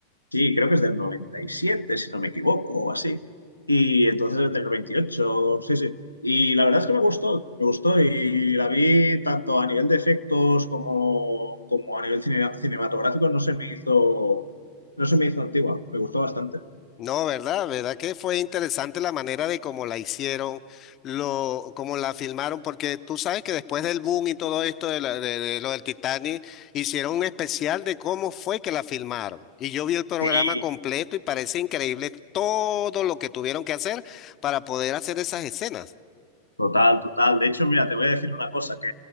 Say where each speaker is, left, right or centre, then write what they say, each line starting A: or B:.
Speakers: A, on the left; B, on the left.
A: Sí, creo que es del 97, si no me equivoco, o así. Y entonces es del 28, sí, sí. Y la verdad es que me gustó, me gustó y la vi tanto a nivel de efectos como, como a nivel cine- cinematográfico, no se me hizo, no se me hizo antigua, me gustó bastante.
B: No, ¿verdad? ¿Verdad que fue interesante la manera de cómo la hicieron, lo, cómo la filmaron? Porque tú sabes que después del boom y todo esto de, la- de- de lo del Titanic, hicieron un especial de cómo fue que la filmaron. Y yo vi el programa
A: Sí,
B: completo y parece increíble todo lo que tuvieron que hacer para poder hacer esas escenas.
A: Total, total. De hecho, mira, te voy a decir una cosa, que